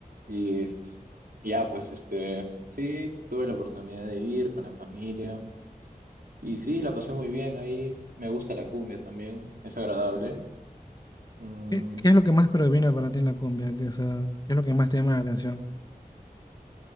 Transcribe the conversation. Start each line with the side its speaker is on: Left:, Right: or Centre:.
Right: Y es- y ya, pues este, sí, tuve la oportunidad de ir con la familia y sí, la pasé muy bien ahí. Me gusta la cumbia también, es agradable. Mm,
Left: ¿Qué, qué es lo que más predomina para ti en la cumbia? ¿Qué, o sea, qué es lo que más te llama la atención?